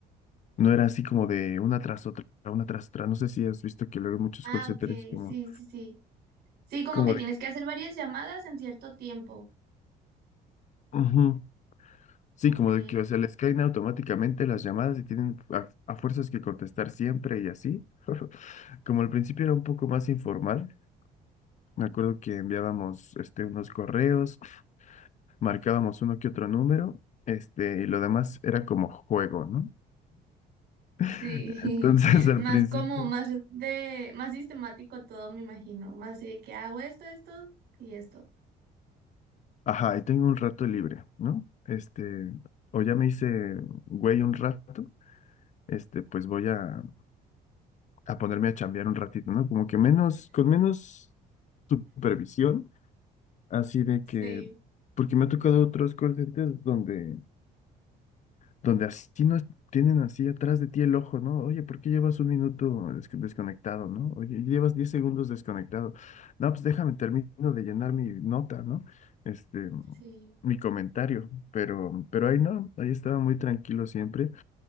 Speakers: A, on the left; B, on the right.
A: no era así como de una tras otra, una tras otra. No sé si has visto que luego muchos
B: Ah,
A: call centers
B: ok,
A: como,
B: sí, sí, sí. Sí, como
A: como
B: que tienes
A: de,
B: que hacer varias llamadas en cierto tiempo.
A: ujú, Sí,
B: Ok.
A: como de que, o sea, les caen automáticamente las llamadas y tienen a, a fuerzas que contestar siempre y así. <laughs> Como al principio era un poco más informal, me acuerdo que enviábamos este, unos correos, marcábamos uno que otro número, este, y lo demás era como juego, ¿no? <laughs>
B: Sí,
A: Entonces
B: <laughs>
A: al
B: más
A: principio,
B: como, más de, más sistemático todo, me imagino. Más así de que hago esto, esto y esto.
A: Ajá, y tengo un rato libre, ¿no? Este, o ya me hice güey un rato, este, pues voy a, a ponerme a chambear un ratito, ¿no? Como que menos, con menos supervisión, así de
B: Sí,
A: que, porque me ha tocado otros call centers donde donde así no es- tienen así atrás de ti el ojo, ¿no? Oye, ¿por qué llevas un minuto des- desconectado, ¿no? Oye, llevas 10 segundos desconectado. No, pues déjame, termino de llenar mi nota, ¿no? Este,
B: sí.
A: mi comentario, pero, pero ahí no, ahí estaba muy tranquilo siempre.